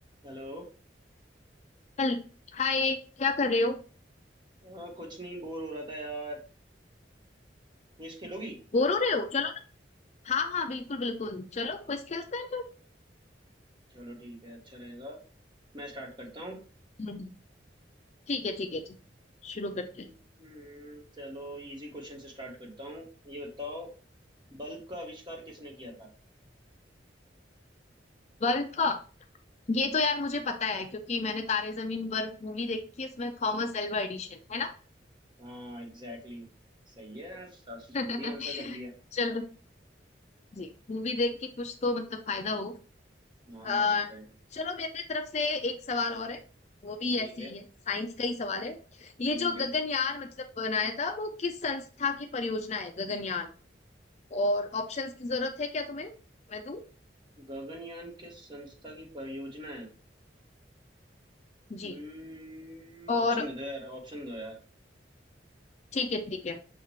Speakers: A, on the right; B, on the left.
A: हेलो
B: चल हाय क्या कर रहे हो
A: हाँ कुछ नहीं बोर हो रहा था यार क्विज खेलोगी
B: बोर हो रहे हो चलो ना हाँ हाँ बिल्कुल बिल्कुल चलो क्विज खेलते हैं फिर
A: चलो ठीक है अच्छा रहेगा मैं स्टार्ट करता हूँ
B: हम्म, ठीक है ठीक है ठीक शुरू करते
A: हम्म,
B: हैं
A: चलो इजी क्वेश्चन से स्टार्ट करता हूँ ये बताओ बल्ब का आविष्कार किसने किया था
B: World cup ये तो यार मुझे पता है क्योंकि मैंने तारे जमीन पर मूवी देखी है इसमें थॉमस एल्वा एडिशन है ना
A: हाँ एग्जैक्टली exactly. सही है यार काफी
B: <laughs>
A: जल्दी आंसर कर दिया
B: चलो जी मूवी देख के कुछ तो मतलब फायदा हो
A: हाँ
B: आ,
A: एग्जैक्टली exactly.
B: चलो मेरी तरफ से एक सवाल और है वो भी
A: ठीक
B: ऐसी
A: है
B: ही है साइंस का ही सवाल है ये
A: ठीक
B: जो
A: है
B: गगनयान मतलब बनाया था वो किस संस्था की परियोजना है गगनयान और ऑप्शंस की जरूरत है क्या तुम्हें मैं दूं
A: गगनयान किस संस्था की परियोजना है
B: जी
A: हम्म
B: और
A: ऑप्शन दे दो यार ऑप्शन दो यार
B: ठीक है ठीक है